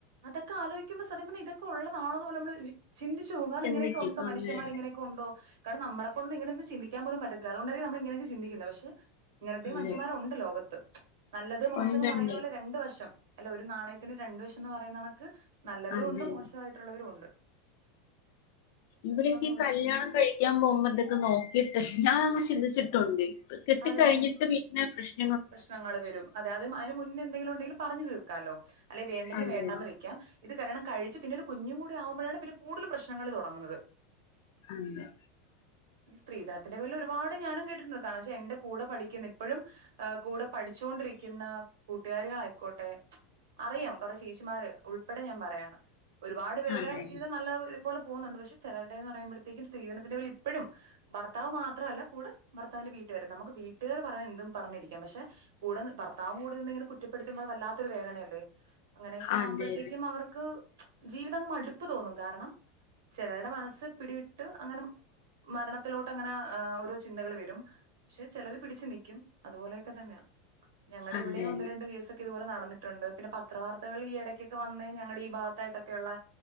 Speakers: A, on the right; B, on the left.
A: അതൊക്കെ ആലോയ്ക്കുമ്പോ സത്യം പർഞ്ഞ ഇതൊ ക്കൊ ഉള്ളതാണോന്ന് പോലെ നമ്മള് ചിന്തിച്ച് പോകും കാരണം
B: ചിന്തിക്കും
A: ഇങ്ങനെക്കൊണ്ടോന
B: അതെ
A: മനുഷ്യൻമാര് ഇങ്ങനെക്കൊണ്ടോ കാരണം നമ്മളെ കൊണ്ട് ഇങ്ങനെന്നും ചന്തി ൻ പോലും പറ്റത്തില്ല അതുകൊണ്ടയിരിക്കും നമ്മളി ങ്ങനൊക്കെ ചിന്തിക്കുന്നേ പക്ഷെ ഇങ്ങനത്തെയും
B: അതെ
A: മനുഷ്യൻമാരുണ്ട് ലോകത്ത് നല്ല
B: ഉണ്ടുണ്ട്
A: ച്ച്ന്ന് പറയുന്നത് പോലെ രണ്ട് വഷം അല്ല ഒരു നാണയത്തിന് രണ്ടു വശന്ന് പറയുന്ന കണക്ക് നല്ലവരുണ്ട്
B: അതെ
A: മോശമായിട്ടുള്ളവരുണ്ട്
B: ഇവരൊക്കെ ഈ
A: പോലും
B: കല്യാണം കഴിക്കാൻ പോകുമ്പോ ഇതൊക്കെ നോക്കിട്ടെഷ് ഞാനന്നും ചിന്തിച്ചി ട്ടുണ്ട് കെട്ടി
A: അതെ
B: കഴിഞ്ഞിട്ട് വീട്ടിനകത്ത് ഇ
A: പ്രശ്നങ്ങൾ വരും അതെ അത് <unintelligible> ഇതിന് മുന്നെ എന്തെങ്കിലുണ്ടങ്കിൽ പറഞ്ഞ് തീർ ക്കാലോ അല്ലെ വേണ്ടെങ്കി
B: അതെ
A: വേണ്ടാന്ന് വെക്കാം ഇത് കല്ല്യാണം കഴിച്ച് പിന്നെ ഒരു കുഞ്ഞും കൂടി ആവുമ്പോഴാണ് പിന്നെ കൂടുതൽ പ്രശ്നങ്ങൾ തൊടങ്ങുന്നത്
B: ഉം <inaudible>
A: സ്ത്രീധനത്തിന്റെപേരിൽ ഒരുപാട് ഞാനും കേട്ടിട്ടുണ്ട് കാരണം ക്ഷേ എന്റെ കൂടെ പഠിക്കുന്ന ഇപ്പഴും കൂടെ പഠിച്ചോണ്ടിരിക്കുന്ന കൂട്ടുകാരികളായിക്കോട്ടെ അറിയാം കൊറെ ചേച്ചിമാര് ഉൾപ്പെടെ ഞാൻ പറയാണ് ഒരുപാട് പേരുടെ
B: അതെ
A: ജീവിതം നല്ല <unintelligible> പോലെ പോകുന്നുണ്ട് പക്ഷെ ചെലേരുടെയന്ന് പറയുമ്പോഴത്തേക്കും സ്ത്രീധനത്തിന്റെ പേരിലിപ്പഴും ഭർത്താവ് മാത്രല്ല കൂടെ ഭർത്താവിന്റെ വീട്ടുകാരും നമുക്ക് വീട്ടുകാര് പറയന്തും പറഞ്ഞിരിക്കാം പക്ഷെ കൂടെ ഭർത്താവും കൂടെ നിന്ന ഇങ്ങനെ കുറ്റപ്പെടുമ്പോ അത് വല്ലാത്തൊരു വേദനയല്ലേ അങ്ങനെയെക്കെ
B: അതെ
A: ആകുമ്പഴത്തേക്കും അവർക്ക് ജീവിതം മട്പ്പ് തോന്നും കാരണം ചെലരുടെ മനസ്സ് പിടിവിട്ട് അങ്ങനെ മരണത്തിലോട്ട് അങ്ങനെ അ് ഓരോ ചിന്തകൾ വരും പക്ഷെ ചെലര് പിടിച്ച് നിക്കും അതുപോലെയെക്കെ തന്നെയാ ഞങ്ങളുടെ
B: അതെ
A: ഇവിടെയും ഒന്ന് രണ്ട് കേസൊക്കെ ഇതുപോലെ നടന്നിട്ടുണ്ട് പിന്നെ പത്ര വാർത്തകളിൽ ഈ എടക്ക്യൊക്കെ വന്ന ഞങ്ങടെ ഈ ഭാഗത്തായിട്ടൊക്കെയുള്ള